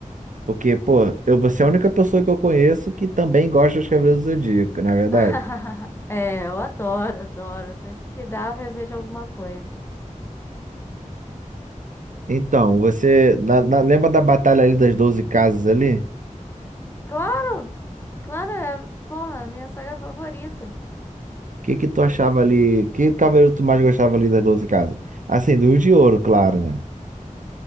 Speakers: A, on the right; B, on the left.
A: porque, pô, eu, você é a única pessoa que eu conheço que também gosta dos Cavaleiros do Zodíaco, na verdade?
B: <laughs> É, eu adoro, adoro. Sempre que dá, eu revejo alguma coisa.
A: Então, você na- na- lembra da batalha ali das 12 casas ali? O
B: Claro! Claro, é, porra, é a minha saga favorita.
A: que que tu achava ali? Que cavaleiro tu mais gostava ali das 12 casas? Assim, do de ouro, claro, né?